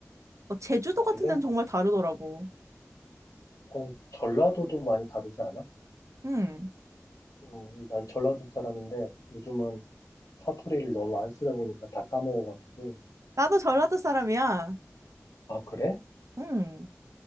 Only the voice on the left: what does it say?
알코올은
어, 전라도도 많이 다르지 않아?
음, 난 전라도 사람인데 요즘은 사투리를 너무 안 쓰다 보니까 다 까먹어가지고,
아, 그래?